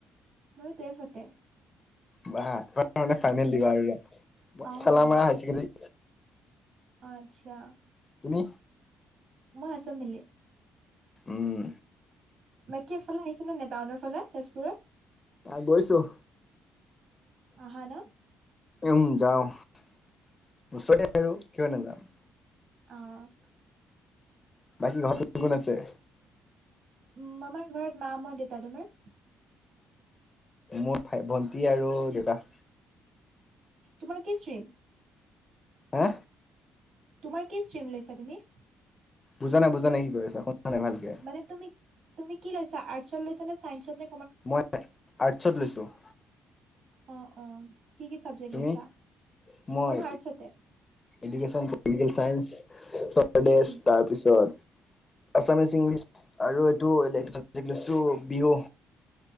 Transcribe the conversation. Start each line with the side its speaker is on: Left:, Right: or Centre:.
Right: মইও টুৱেল্ভতে।
Left: বা এইবাৰ মানে ফাইনেল দিবা আৰু
Right: অ'। অ',
Left: ঠেলা মাৰা হাইচেকেণ্ডাৰী
Right: আচ্ছা।
Left: তুমি?
Right: মই আছাম ভেলী।
Left: উম।
Right: বাকী এফালে আহিছা নে নাই টাউনৰ ফালে তেজপুৰত?
Left: আহ গৈছোঁ।
Right: আহা ন?
Left: উম, যাও ওচৰতে আৰু। কিয় নাজাম।
Right: অঁ'।
Left: বাকী ঘৰত কোন কোন আছে?
Right: উম, আমাৰ ঘৰত মা মই দেউতা। তোমাৰ?
Left: মোৰ ভাই ভন্টি আৰু দেউতা।
Right: তোমাৰ কি ষ্ট্ৰীম?
Left: হা?
Right: তোমাৰ কি ষ্ট্ৰীম লৈছা তুমি?
Left: বুজা নাই বুজা নাই কি কৈ আছা শুনা নাই ভালকে?
Right: মানে তুমি তুমি কি লৈছা আৰ্টছত লৈছা নে চাইন্সতে
Left: মই আৰ্টছত লৈছো।
Right: অ', অ'। কি কি চাব্জেক
Left: তুমি?
Right: লৈছা?
Left: মই
Right: ময়ো আৰ্টছতে।
Left: এডুকেশ্বন পলিটিকেল
Right: উম,
Left: চাইন্স <unintelligible>
Right: উম।
Left: তাৰপিছত আছামিছ ইংলিছ আৰু এইটো এলেক্টিভ চাবজেক্ট লৈছোঁ বিহু